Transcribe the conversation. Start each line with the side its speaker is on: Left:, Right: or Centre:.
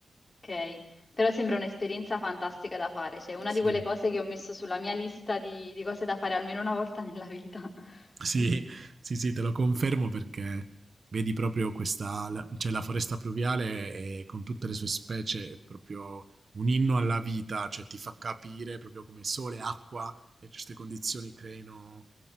Left: Ok, però sembra un'esperienza fantastica da fare, cioè una
Right: Sì.
Left: di quelle cose che ho messo sulla mia lista di, di cose da fare almeno una volta nella vita. <laughs>
Right: Sì, sì, sì, te lo confermo perché vedi proprio questa, la- cioè la foresta pluviale è- con tutte le sue specie è proprio un inno alla vita, cioè ti fa capire proprio come sole, acqua e queste condizioni creino